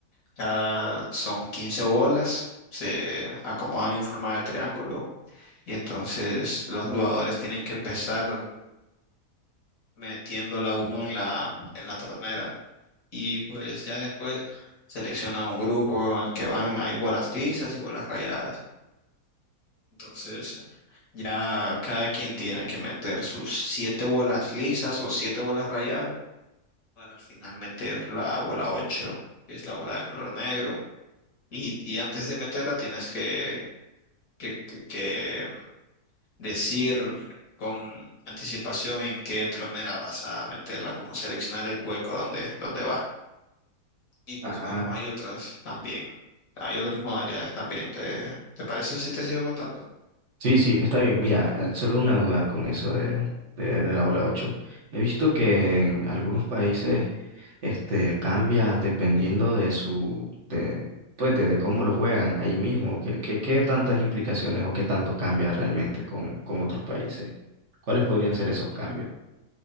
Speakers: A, on the left (about 60°); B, on the right (about 50°).
A: cada, son 15 bolas, se acomodan en forma de triángulo y entonces los jugadores tienen que empezar metiendo la uno en la, en la tronera y pues ya después selecciona un grupo al que van, hay bolas tizas y bolas rayadas. Entonces, Ya cada quien tiene que meter sus siete bolas lisas o siete bolas rayadas para al final meter la bola 8 que es la bola de color negro. Y, y antes de meterla tienes que, que, que- que decir con anticipación en qué tronera vas a meterla, como seleccionar el hueco donde, donde va. Y pues
B: Ajá.
A: bueno, hay otras también, hay otras modalidades también. ¿Te, te parece si te sigo contando?
B: Sí, sí, está bien. Mira, eh, solo una duda con eso de, de, de la bola 8. He visto que en algunos países este, cambia dependiendo de su, de, pues de, de cómo lo juegan ahí mismo. ¿Qué, qué, qué tantas implicaciones o qué tanto cambia realmente con, con otros países? ¿Cuáles podrían ser esos cambios?